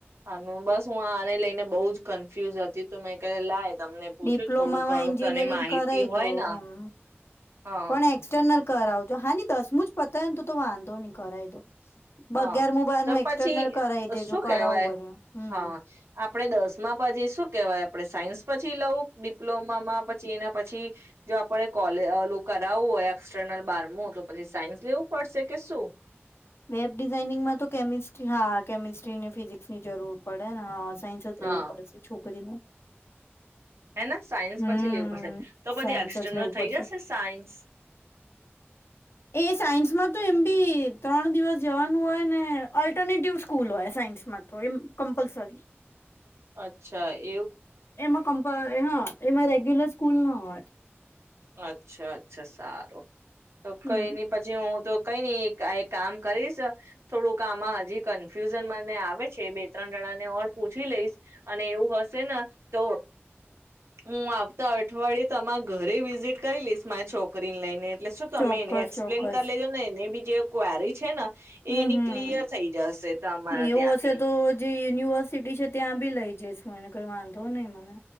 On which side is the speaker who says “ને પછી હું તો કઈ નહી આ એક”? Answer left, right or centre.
Right